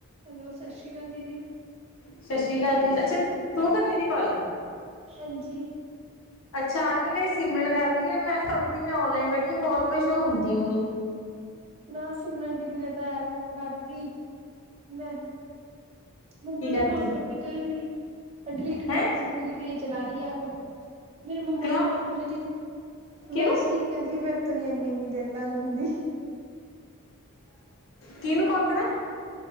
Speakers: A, on the right; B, on the left.
A: Hello Sat Sri ਅਕਾਲ ਦੀਦੀ।
B: ਸਤਿ ਸ਼੍ਰੀ ਜੀ ਅੱਛਾ ਤੂੰ ਕਰਨੀ ਦੀ ਕੋਲ।
A: ਹਾਂਜੀ
B: ਅੱਛਾ ਆਰ ਮਹਗਾਈ ਸਿਮਰਨ ਕਰ ਰਹੀ ਮੈਂ ਕਦੋਂ ਦੀ ਆਨਲਾਈਨ ਬੈਠੀ ਕਲ ਕੁਛ ਹੋ ਹੁੰਦੀ ਉਹ ਨੀ।
A: ਨਾ ਸਿਮਰਨ ਦੀਦੀ ਨੇ ਤਾਂ ਐਪ ਓ ਕਰਤੀ ਮੈਂ ਮੰਮਾ
B: ਕੀ
A: ਨੂੰ
B: ਕਰਤੀ
A: ਕਾਲ ਕਰਕੇ ਕ ਡਿਲੀਟ ਕਰਤੀ
B: ਹੈਂ
A: ਸੀਮੂ ਦੀ ਨੇ ਚਲਾ ਰਹੀ ਹੈ ਐਪ ਮੇਰੇ ਮੰਮਾ
B: ਕਿਉਂ
A: ਨੂੰ ਕਾਲ ਕਰਿਆ ਦੀਦੀ
B: ਕਿਹਨੂੰ
A: ਵੈਸੇ ਕਹਿੰਦੀ ਮੇਰੇ ਤੋਂ ਨੀ ਇਨੀ ਇੰਨੀ ਦੇਰ ਗੱਲ ਹੁੰਦੀ
B: ਕਿਹਨੂੰ ਕਾਲ ਕਰਾਂ।